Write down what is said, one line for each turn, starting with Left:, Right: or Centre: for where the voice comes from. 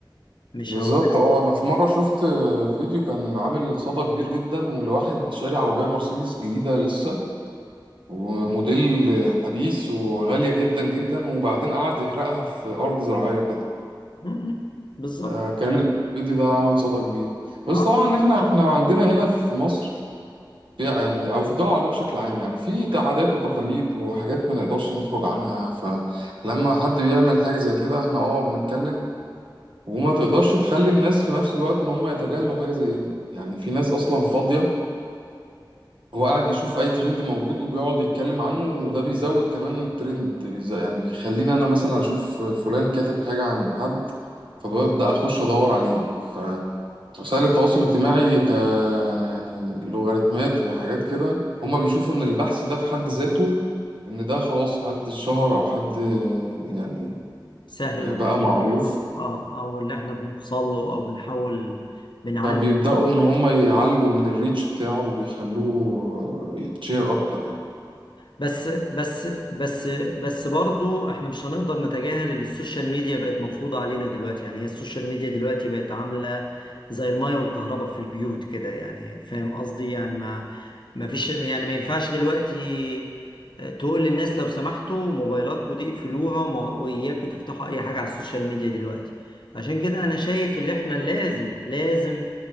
Left: مش
Right: بالظبط
Left: هقول لك
Right: اه انا في مره شفت فيديو كان عامل صدى كبير جدا لواحد شاري عربيه مرسيدس جديده لسه وموديل حديث وغالية جدا جدا وبعدين قعد يحرقها في أرض زراعية كده
Left: م- م. بالظبط
Right: فكان الفيديو ده عمل صدى كبير بس
Left: اه
Right: طبعا احنا احنا عندنا هنا في مصر في- يعني او في الدول العربية بشكل عام يعني في عادات وتقاليد وحاجات ما نقدرش نخرج عنها فلما حد بيعمل حاجة زي كده احنا اه بنتكلم وما تقدرش تخلي الناس في نفس الوقت ان هم يتجاهلوا حاجة زي دي يعني في ناس اصلا فاضية هو قاعد يشوف اي ترند موجود وبيقعد يتكلم عنه وده بيزود كمان الترند بيز- يعني بيخليني انا مثلا اشوف فلان كاتب حاجة عن حد فببدأ اخش ادور عليه فوسائل التواصل الاجتماعي ك يعني لوغاريتمات وحاجات كده هما بيشوفوا ان البحث ده في حد ذاته ان ده خلاص حد شهر او حد يعني
Left: سهل
Right: بقى
Left: الوصول
Right: معروف
Left: ليه او اه او اللي احنا بنوصل له او بنحاول بنعلي
Right: فبيبدأوا ان هما يعلوا من الريتش بتاعه وبيخلوه يتشير اكتر يعني
Left: بس بس بس بس برضو احنا مش هنقدر نتجاهل اللي السوشيال ميديا بقت مفروضة علينا دلوقتي يعني هي السوشيال ميديا دلوقتي بقت عاملة زي المية والكهرباء في البيوت كده يعني فاهم قصدي يعني ما ما فيش يعني ما ينفعش دلوقتي اه، تقول للناس لو سمحتوا موبايلاتكم دي اقفلوها وما- واياكوا تفتحوا اي حاجة على السوشيال ميديا دلوقتي عشان كده انا شايف اللي احنا لازم لازم